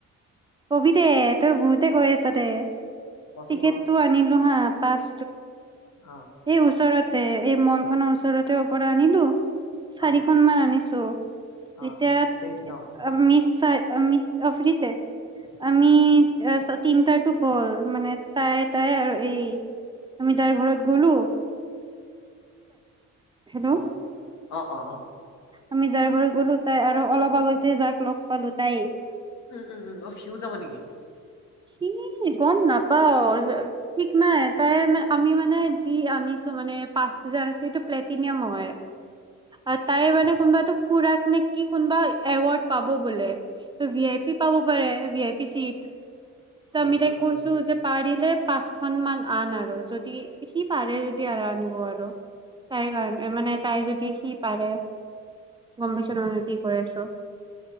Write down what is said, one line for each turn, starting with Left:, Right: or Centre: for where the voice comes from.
Right: কবি দে তই বহুতে গৈ আছ দে
Left: কচোন
Right: টিকেটটো
Left: ক
Right: আনিলো হা পাঁচ
Left: অ
Right: এই ওচৰতে এই মল খনৰ ওচৰতে পৰা আনিলো চাৰিখনমানান
Left: অ
Right: আনিছো
Left: অ
Right: ইতিয়া
Left: ফ্ৰীত ন
Right: অমিত চাই অমিত আফৰিতে আমি
Left: অ
Right: তিনটা হ'ল মানে তাই তাই আৰু এই আমি যাৰ ঘৰত গ'লো হেল্ল'
Left: অ অ অ অ
Right: আমি যাৰ ঘৰত গ'লো তাই আৰু অলপ আগতে যাক লগ পালো তাই
Left: উম উম উম অ সিউ যাব নেকি?
Right: সি গম নাপাও ঠিক নাই তাই মানে আমি মানে যি আনি মানে পাচ সেইটো প্লেটিনিয়াম হয় <unintelligible> তাই মানে কোনোবাতটো খুৰাক নে কি কোনোবা এৱৰ্ড পাব বোলে ত ভি আই পি পাব পাৰে ভি আই পি চিত ত
Left: উম
Right: আমি তাই
Left: উম
Right: কৈছো
Left: উম
Right: যে পাৰিলে পাঁচখন মান আন আৰু যদি সি পাৰে যদি আৰু আনিব আৰু তাই কাৰণে মানে তাই যদি সি পাৰে গম পাইছ ন মই কি কৈ আছ